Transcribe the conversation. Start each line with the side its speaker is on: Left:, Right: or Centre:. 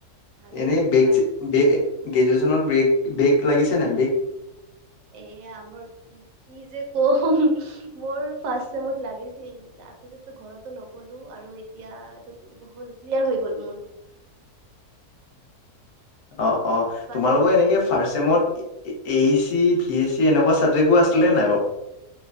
Right: ভালেই
Left: এনে বেক
Right: বাট
Left: চেক বে গ্ৰেজুৱেচনত ব্ৰেক ব্ৰেক লাগিছে নাই ব্ৰেক?
Right: এ আমাৰ কি যে কম মোৰ ফাৰ্ষ্ট ছেমত লাগিছিল। তাৰপিছততো ঘৰতো নকলো আৰু এতিয়া এইটো হল ক্লিয়াৰ হৈ গ'ল মোৰ। <inaudible>
Left: অ-অ
Right: ফাৰ্ষ্ট
Left: তোমালোকৰ
Right: চেমত
Left: এনেকে
Right: লাগিছিল
Left: ফাৰ্ষ্ট চেমত A A H V S C এনেকুৱা চাবজেক্টবোৰ আছিলে নাই বাৰু?